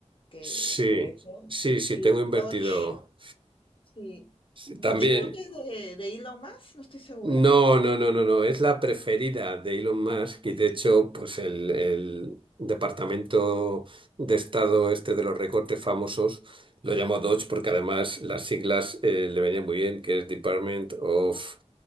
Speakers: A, on the left (about 45°); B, on the right (about 45°).
A: que
B: Sí,
A: crece.
B: sí, sí,
A: Y
B: tengo invertido.
A: Doge, sí.
B: Sí,
A: Doge
B: También.
A: creo que es de, de Elon Musk, no estoy segura.
B: No, no, no, no, no. Es la preferida de Elon Musk y de hecho, pues el, el Departamento de Estado este de los recortes famosos lo llamó Dodge porque además las siglas eh, le venían muy bien, que es Department of